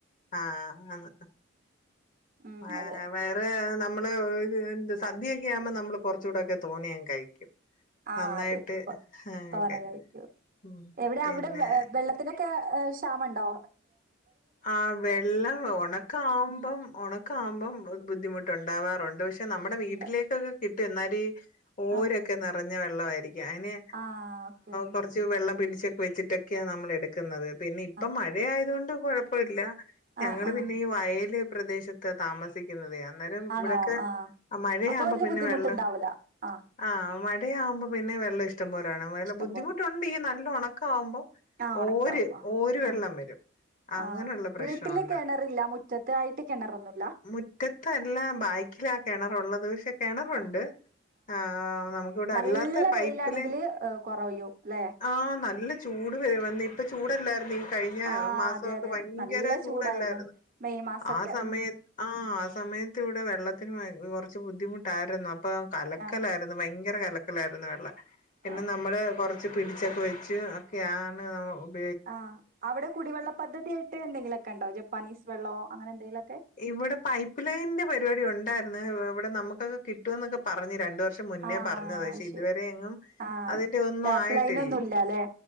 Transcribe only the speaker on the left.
ആഹ് ആന്ന്
വയ
വയറ് അമ്മള് സദ്യൊക്കെയാകുമ്പോ നമ്മള് കുറച്ചൂടൊക്കെ തോന്നിയങ്ങ് കഴിക്കും
നന്നായിട്ട്
ഒക്കെ ഉം
പിന്നെ
ആഹ് വെള്ളം ഒണക്കാകുമ്പം ഒണക്കാകുമ്പോ ബുദ്ധിമുട്ട് ഒണ്ടാവാറുണ്ട് പക്ഷ് നമ്മടെ വീട്ടിലേക്കൊക്കെ
കിട്ടും എന്നാലും ഈ ഓരൊക്കെ
നിറ ഞ്ഞ വെള്ളവായിരിക്കും ഞാന്
കുറച്ച് വെള്ളം പിടി ച്ച് വെച്ചിട്ടൊക്കെയാ നമ്മള് എടുക്കുന്നത് പിന്നിപ്പം
മഴയായത് കൊണ്ട് കുഴ പ്പമില്ല ഞങ്ങള്
പിന്നെ ഈ വയല് പ്രെദേശത്താ താമസിക്കുന്നതെയാ അന്നേരം
ഇവിടൊക്കെ
മഴയാമ്പം
പിന്നെ
വെള്ളം
ആഹ് മഴയാമ്പം പിന്നെ വെള്ളം ഇഷ്ടംപോലെയാണ്
ബുദ്ധിമുട്ടുണ്ട്
ഈ നല്ലോണം <unintelligible>
ഓര് ഒരുവെള്ളം
വരും അങ്ങനുള്ള
പ്രശ്നം
ഉണ്ട്
മുറ്റത്തല്ല ബായ്ക്കിലാ കിണറുള്ളത് പക്ഷേ കിണറുണ്ട്
ആ നമുക്കിവിടെ
അല്ലാത്ത പൈപ്പിലെ
ആഹ് നല്ല ചൂട് വന്നിട്ടു ചൂടല്ലാരുന്നോ ഈ കഴിഞ്ഞ
മാസോ
ഭയങ്കര
ചൂടല്ലാരുന്നോ
ആ സമയത്
ആഹ് സമയത്ത് ഇവടെ വെള്ളത്തിന്‌ ഭയ കൊറച്ചു ബുദ്ധിമുട്ടാരുന്നു അ പ്പൊ കലക്കലാരുന്നു
ഭയൻ ങ്കര കലക്കലാരുന്നു വെള്ളം പിന്നെ
നമ്മള് കുറ ച്ച് പിടിച്ചൊക്കെ വെച്ച് ഒക്കെയാണ് മ്
ഇവടെ പൈപ്പ്ലൈനിന്റെ പരിപാടി ഒണ്ടാ ന്നു. ഇവടെ നമ്മുക്കൊക്കെ കിട്ടുവെന്നൊക്കെ പറഞ്ഞു രണ്ട് വർ മുന്നേ
പറഞ്ഞതാ പക്ഷേ
ഇതുവരെ എങ്ങും
അതിന്റ ഒന്നുമായിട്ടില്ല